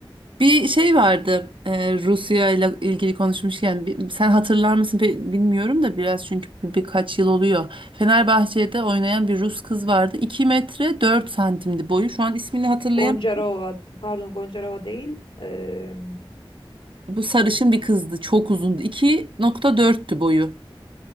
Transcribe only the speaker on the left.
Goncarova, pardon Goncarova değil. eee,